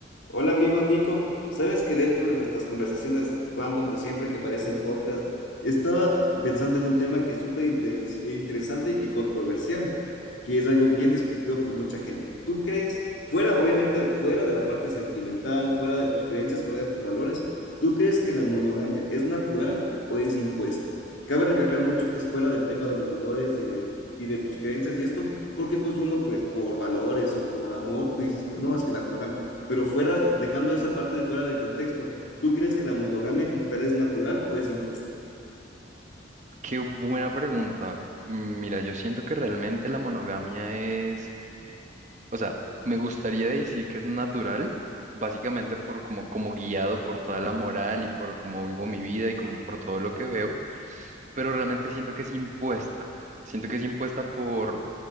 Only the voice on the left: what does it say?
Hola amigo Nico, sabes que dentro de nuestras conversaciones random de siempre que parecen podcast, estaba pensando en un tema que es súper interes- interesante y controversial, que es algo bien discutido por mucha gente. ¿Tú crees, fuera, obviamente, fuera de la parte sentimental, fuera de tus creencias, fuera de tus valores, ¿tú crees que la monogamia es natural o es impuesta? Cabe recalcar mucho que es fuera del tema de los valores y de, y de tus creencias y esto, porque pues uno pues por valores o por amor, tú dices, pues no, es que la monogamia. Pero fuera, dejando esa parte de fuera del contexto, ¿tú crees que la monogamia como tal es natural o es impuesta?